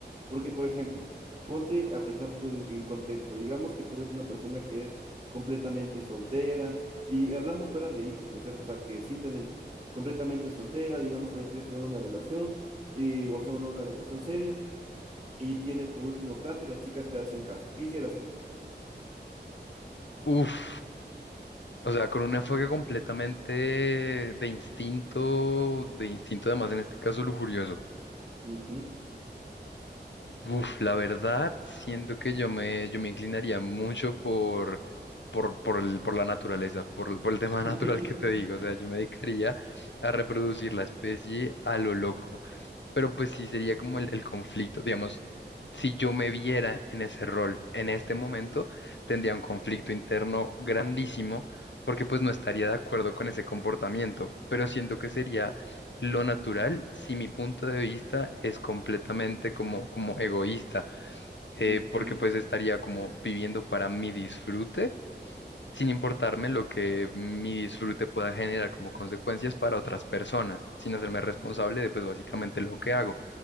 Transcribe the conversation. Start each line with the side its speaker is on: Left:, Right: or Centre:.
Right: Porque, por ejemplo, ponte a pensar tú en, en contexto, digamos que tú eres una persona que es completamente soltera y hablando fuera de hijos, ¿no es cierto? O sea, que sin tener hijos, completamente soltera, digamos que no tienes tener una relación, y, o sea, una, una relación seria, y tienes por último plata y las chicas te hacen caso. ¿Qué hicieras tú?
Left: Uf. O sea, con un enfoque completamente de instinto, de instinto además en este caso lujurioso.
Right: Ujú.
Left: Uf, la verdad, siento que yo me, yo me inclinaría mucho por, por, por el- por la naturaleza, por, el- por el <laughs> tema natural
Right: <laughs>
Left: que te digo. O sea, yo me dedicaría a reproducir la especie a lo loco. Pero pues sí, sería como el, el conflicto. Digamos, si yo me viera en ese rol en este momento, tendría un conflicto interno grandísimo porque pues no estaría de acuerdo con ese comportamiento. Pero siento que sería lo natural si mi punto de vista es completamente como, como egoísta, eh,
Right: Ujú.
Left: porque pues estaría como viviendo para mi disfrute. sin importarme lo que mi disfrute pueda generar como consecuencias para otras personas, sin hacerme responsable de pues básicamente lo que hago